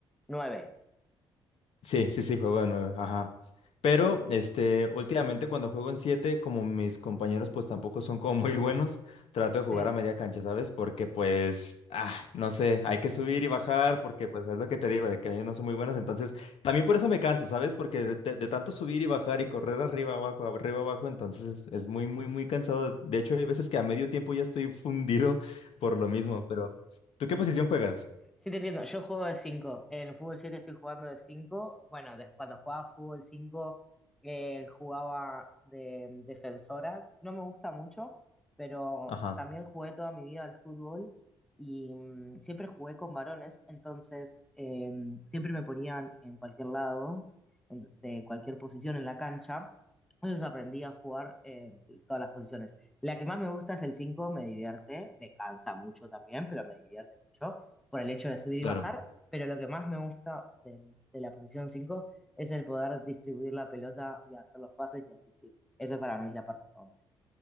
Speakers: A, in the centre; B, on the left.
A: nueve.
B: Sí, sí, sí, juego de nueve, ajá. Pero,
A: Ok.
B: este, últimamente cuando juego en siete, como mis compañeros pues tampoco son como muy buenos, trato de jugar
A: Sí.
B: a media cancha, ¿sabes? Porque pues, ah, no sé, hay que subir y bajar, porque pues es lo que te digo, de que ellos no son muy buenos, entonces también por eso me canso, ¿sabes? Porque de, de- de tanto subir y bajar y correr arriba, abajo, arriba, abajo, entonces es, es muy, muy, muy cansado. De hecho, hay veces que a medio tiempo ya estoy <laughs> fundido por lo mismo, pero ¿tú qué
A: <laughs>
B: posición juegas?
A: Sí, te entiendo. Yo juego de cinco. En el fútbol 7 estoy jugando de 5. Bueno, des- cuando jugaba fútbol 5 eh, jugaba de mm, defensora. No me gusta mucho, pero
B: Ajá,
A: también jugué toda mi vida al fútbol y mm, siempre jugué con varones. Entonces, eh, siempre me ponían en cualquier lado, en- de cualquier posición en la cancha. Entonces aprendí a jugar en todas las posiciones. La que más me gusta es el 5. me divierte, me cansa mucho también, pero me divierte mucho por el hecho de subir y
B: claro.
A: bajar, pero lo que más me gusta del- de, la posición 5 es el poder distribuir la pelota y hacer los pases y asistir. Esa para mí es la parte favorita.